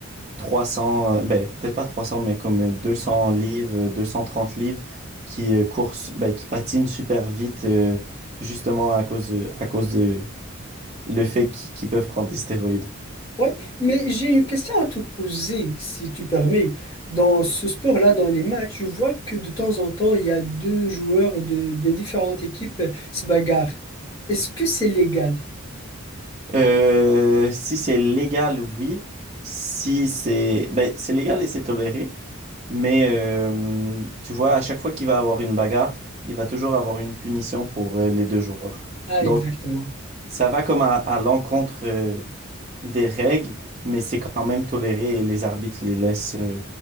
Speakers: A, on the right; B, on the left.
A: 300, euh, ben, peut-être pas 300, mais comme euh, 200 livres, euh, 230 livres qui euh, course, ben, qui patinent super vite, euh, justement à cause de, à cause de le fait qu'ils qu'ils peuvent prendre des stéroïdes.
B: Oui, mais j'ai une question à te poser, si tu permets. Dans ce sport-là, dans les matchs, je vois que de temps en temps, il y a deux joueurs de, des différentes équipes se bagarrent. Est-ce que c'est légal?
A: Euh, si c'est légal, oui. Si c'est, ben, c'est légal et c'est toléré, mais euh, tu vois, à chaque fois qu'il va avoir une bagarre, il va toujours avoir une punition pour euh, les deux joueurs.
B: Ah,
A: Donc,
B: exactement.
A: Ça va comme à, à l'encontre euh, des règles, mais c'est quand même toléré et les arbitres les laissent. euh.